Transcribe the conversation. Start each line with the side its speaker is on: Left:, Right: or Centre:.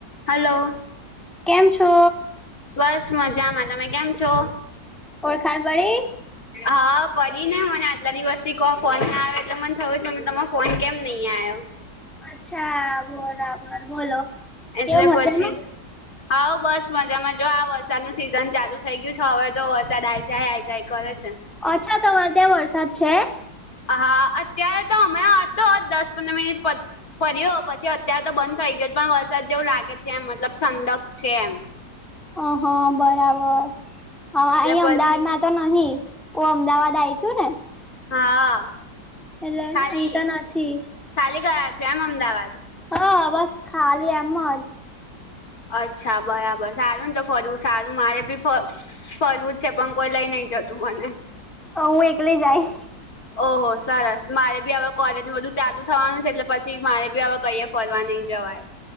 Left: Hello
Centre: કેમ છો?
Left: બસ, મજામાં. તમે કેમ છો?
Centre: ઓળખાણ પડી?
Left: હા, પડી ને. મને આટલા દિવસથી કો ફોન ના આવે એટલે મને થયું કે તમે ફોન કેમ નહીં આયો.
Centre: અચ્છા, બરાબર. બોલો.
Left: એટલે
Centre: કેવું
Left: પછી
Centre: મજામાં?
Left: હા, બસ મજામાં. જો, વરસાદની સિઝન ચાલુ થઈ ગઈ છે, હવે તો વરસાદ આઈ જાય, આઈ જાય કરે છે.
Centre: અચ્છા, તમાર ત્યાં વરસાદ છે?
Left: હા, અત્યારે તો દસ-પંદર મિનિટમાં પ ફર્યો પછી અત્યારે તો બંધ થઈ ગયો, પણ વરસાદ જેવું લાગે છે એમ, મતલબ ઠંડક છે એમ.
Centre: અહ હા, બરાબર, અ-અહીં
Left: એટલે
Centre: અમદાવાદમાં
Left: પછી
Centre: તો નહીં, હું અમદાવાદ આઈ છું ને
Left: હા.
Centre: એટલે
Left: ખાલી
Centre: અહીં તો નથી.
Left: ખાલી ગયા છે આમ, અમદાવાદ?
Centre: હા, બસ ખાલી એમ જ.
Left: અચ્છા, બરાબર. સારું ને તો ફરવું સારું, મારે બી ફ ફરવું છે જ, પણ કોઈ લઈ જતું મને.
Centre: હું એકલી જાઈ
Left: ઓહો, સરસ. મારે પણ હવે કોલેજ બધું ચાલુ થવાનું છે, એટલે પછી મારે પણ હવે કંઈએ ફરવા નહીં જવાય.